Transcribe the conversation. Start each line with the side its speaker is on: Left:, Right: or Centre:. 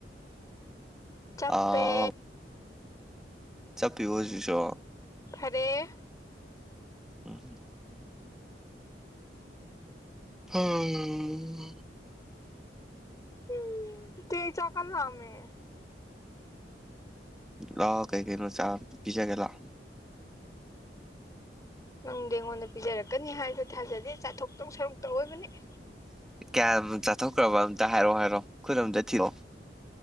Left: ꯆꯞꯄꯦ
Centre: ꯑꯥ ꯆꯞꯄꯤꯕꯣ ꯍꯧꯖꯤꯛꯁꯨ
Left: ꯐꯔꯦ
Centre: ꯎꯝ ꯍꯝ ꯍꯥ ꯑꯥ
Left: ꯎꯝ ꯗꯦ ꯆꯥꯛ ꯀꯜ ꯂꯥꯝꯃꯦ
Centre: ꯂꯥꯛꯑꯣ ꯀꯩ ꯀꯩꯅꯣ ꯆꯥ ꯄꯤꯖꯒꯦ ꯂꯥꯛꯑꯣ
Left: ꯅꯪꯗꯤ ꯑꯩꯉꯣꯟꯗ ꯄꯤꯖꯔꯛꯀꯅꯤ ꯍꯥꯏꯕ ꯊꯥꯖꯗꯦ ꯆꯥꯊꯣꯛꯇꯧ ꯁꯔꯨꯛꯇ ꯑꯣꯏꯕꯅꯦ
Centre: ꯀꯌꯥꯝꯕꯨ ꯆꯥꯊꯣꯛꯈ꯭ꯔꯥꯕ ꯑꯝꯇ ꯍꯥꯏꯔꯣꯑꯣ ꯍꯥꯏꯔꯣ ꯈꯨꯠ ꯑꯃꯝꯇ ꯊꯤꯔꯛꯑꯣ